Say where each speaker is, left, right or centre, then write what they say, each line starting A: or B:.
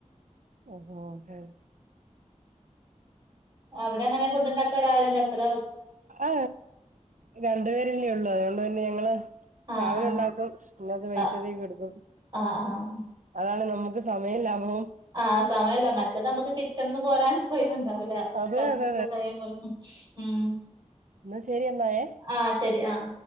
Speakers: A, on the right; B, on the right.
A: ഓഹ ഹ
B: അവിടെ അങ്ങനെ ഫുഡ്ണ്ടാക്കെ രാവിലെണ്ടാക്കല
A: ആ രണ്ടു പേരല്ലേ ഉള്ളൂ അതുകൊണ്ട് തന്നെ ഞങ്ങള്
B: ആഹ്
A: രാവിലെ
B: ആഹ്
A: ഉണ്ടാക്കും പിന്നത് വെറ്റത്തേക്ക്
B: ആഹ്
A: എടുക്കും
B: ആഹ് ആഹ്
A: അതാണ് നമ്മുക്ക് അോ
B: ആഹ് സമയമല്ല മറ്റേ നമ്മുക്ക് കിച്ചണന്ന് പോരാൻ പോയി ഉണ്ടാവൂലന്തന്ത
A: അതെ അതെ
B: ത പോലും ഉം
A: എന്നന്ന് ശരി എന്ന എന്നായേ
B: ആഹ് ശരി ആഹ്